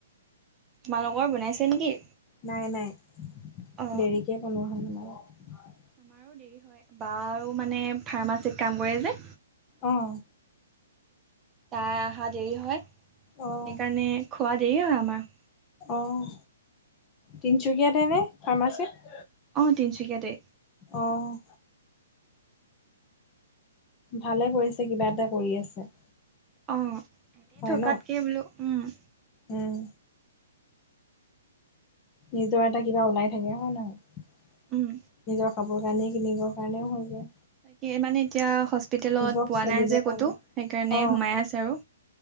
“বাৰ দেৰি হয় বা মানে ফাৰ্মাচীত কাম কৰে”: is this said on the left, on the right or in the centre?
Right